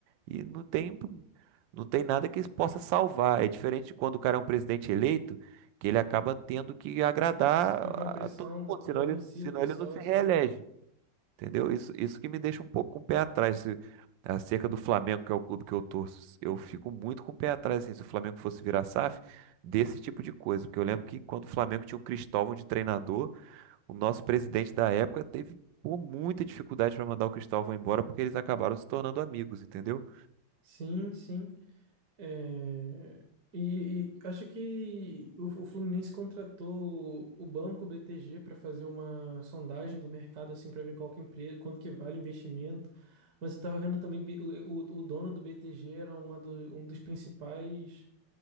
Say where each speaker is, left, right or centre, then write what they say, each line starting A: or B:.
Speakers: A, on the right; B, on the right.
A: E não tem, não tem nada que isso possa salvar. É diferente de quando o cara é um presidente eleito, que ele acaba tendo que agradar
B: aham,
A: a
B: pressão
A: a todo
B: da,
A: mundo,
B: da
A: senão ele,
B: torcida,
A: senão
B: dos
A: ele
B: sócios.
A: não se reelege. Entendeu? Isso, isso que me deixa um pouco com o pé atrás. Se- Acerca do Flamengo, que é o clube que eu torço, eu fico muito com o pé atrás assim, se o Flamengo fosse virar SAF, desse tipo de coisa. Porque eu lembro que quando o Flamengo tinha o Cristóvão de treinador, o nosso presidente da época teve pô, muita dificuldade para mandar o Cristóvão embora porque eles acabaram se tornando amigos, entendeu?
B: Sim, sim. É, e, e acho que o, o Fluminense contratou o banco BTG para fazer uma sondagem do mercado assim para ver qual que empresa, quanto que vale o investimento. Mas eu estava vendo também B- o, o, o dono do BTG era uma do- um dos principais